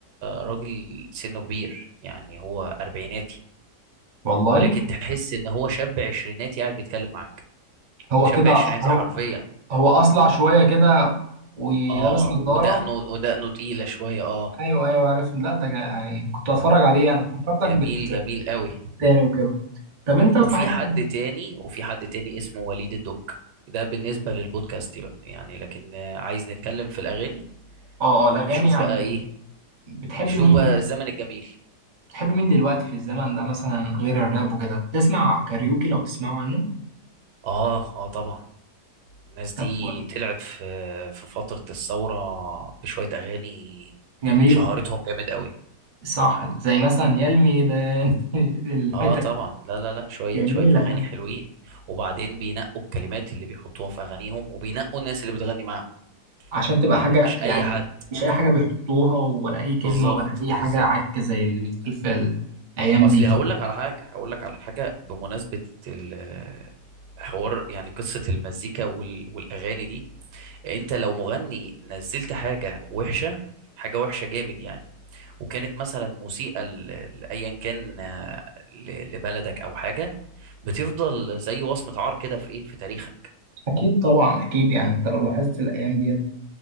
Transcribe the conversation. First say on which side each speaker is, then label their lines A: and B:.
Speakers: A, on the right; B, on the right.
A: راجل سنه كبير يعني هو اربعيناتي
B: والله
A: ولكن تحس ان هو شاب عشريناتي قاعد بيتكلم معاك
B: هو
A: شاب
B: كده
A: عشريناتي
B: هو
A: حرفيا
B: هو اصلع شويه كده ولابس
A: اه ودقنه
B: نظاره
A: ودقنه تقيلة شوية اه
B: ايوه ايوه عرفت لا ده جا- يعني كنت بتفرج عليه انا فكرتك
A: جميل
B: بت-
A: جميل قوي
B: تاني وكده طب انت صحيح
A: وفي حد
B: اه
A: تاني وفي حد تاني اسمه وليد الدك ده بالنسبة للبودكاست بقى يعني لكن آه، عايز نتكلم في الأغاني
B: اه
A: نشوف
B: الاغاني يعني
A: بقى إيه
B: بتحب
A: نشوف
B: مين
A: بقى الزمن الجميل
B: بتحب مين دلوقتي في الزمن ده مثلا غير الراب وكده تسمع كاريوكي لو بتسمعوا عنه
A: آه آه طبعا الناس
B: طب
A: دي
B: و-
A: طلعت في في فترة الثورة بشوية أغاني
B: جميل
A: شهرتهم جامد قوي
B: صح زي مثلا يا الميدان <laughs> الحتة
A: آه طبعا لا لا لا شوية
B: جميلة
A: شوية أغاني
B: يعني
A: حلوين وبعدين بينقوا الكلمات اللي بيحطوها في أغانيهم وبينقوا الناس اللي بتغني معاهم
B: عشان تبقى
A: يعني
B: حاجة
A: مش
B: يعني
A: أي حد
B: مش أي حاجة بيحطوها ولا أي كلمة
A: بالظبط
B: ولا أي
A: بالظبط
B: حاجة عك زي اللي بيتقال في الأيام
A: اصلي
B: دي
A: هقول
B: كده
A: لك على حاجه هقول لك على حاجه بمناسبه ال- حوار يعني قصه المزيكا وال... والاغاني دي انت لو مغني نزلت حاجه وحشه حاجه وحشه جامد يعني وكانت مثلا موسيقى ل- لايا كان آه، ل... لبلدك او حاجه بتفضل زي وصمه عار كده في ايه في تاريخك
B: أكيد طبعا أكيد يعني أنت لو لاحظت الأيام ديت